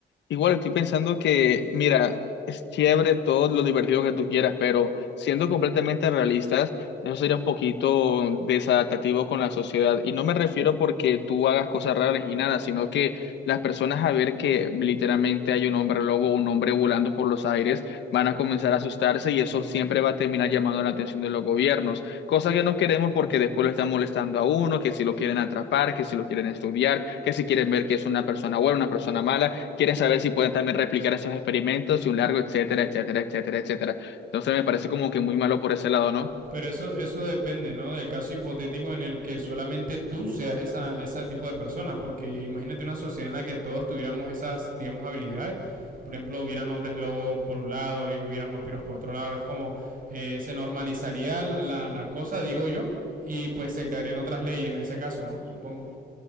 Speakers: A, on the left (about 85°); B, on the right (about 50°).
A: Igual estoy pensando que, mira, es chévere todo lo divertido que tú quieras, pero siendo completamente realistas, eso sería un poquito desadaptativo con la sociedad. Y no me refiero porque tú hagas cosas raras y nada, sino que las personas a ver que literalmente hay un hombre lobo, un hombre volando por los aires, van a comenzar a asustarse y eso siempre va a terminar llamando la atención de los gobiernos. Cosa que no queremos porque después lo están molestando a uno, que si lo quieren atrapar, que si lo quieren estudiar, que si quieren ver que es una persona buena, una persona mala, quieren saber si pueden también replicar esos experimentos y un largo, etcétera, etcétera, etcétera, etcétera. Entonces me parece como que muy malo por ese lado, ¿no?
B: Pero eso, eso depende, ¿no? Del caso hipotético en el que solamente tú seas esa, ese tipo de persona. Porque imagínate una sociedad en la que todos tuviéramos esas, digamos, habilidades. Por ejemplo, hubieran hombres lobo por un lado, hubieran vampiros por otro lado. Es como eh, se normalizaría la, la, la cosa, digo yo, y pues se crearían otras leyes en ese caso, ¿no? Supongo.